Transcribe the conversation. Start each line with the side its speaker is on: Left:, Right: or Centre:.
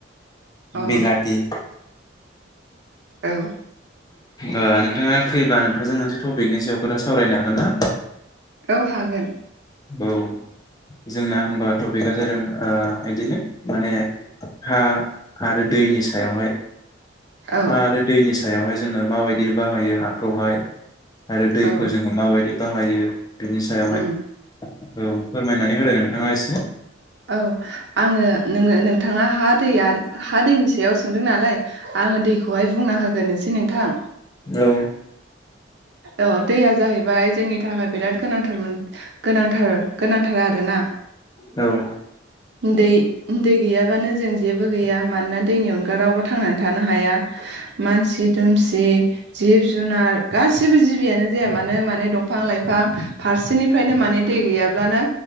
Right: अ
Left: बिलाथि।
Right: औ।
Left: ओ नोंथाङा फ्रिबा नोंथांजों मोनसे टपिकनि सायाव खोथा सावरायनो हागोन ना?
Right: औ हागोन
Left: औ। जोंना होनबा टपिकआ जादों बिदिनो माने हा आरो दैनि सायावहाय
Right: औ
Left: हा आरो दैनि सायावहाय जोङो माबायदि बाहायो हाखौहाय? आरो दैखौ
Right: औ
Left: जोङो माबायदि बाहायो बिनि सायावहाय
Right: उम
Left: औ फोरमायनानै होदो नोंथाङा। थाङा एसे
Right: औ आङो नोङो नोंथाङा हा दैया हा दैनि सायाव सोंदों नालाय आङो दैखौहाय बुंना होग्रोनोसै नोंथां।
Left: औ
Right: औ दैया जाहैबाय जोंनि थाखाय बिराद गोनांथार मोन गोनांथार गोनांथार आरोना।
Left: औ
Right: दै दै गैयाबानो जों जेबो गैया मानोना दैनि अनगा रावबो थांनानै थानो हाया। मानसि दुमसि जिब जुनार गासिबो जिबियानो जाया मानो माने दंफां लाइफां फारसेनिफ्रायनो माने दै गैयाब्लानो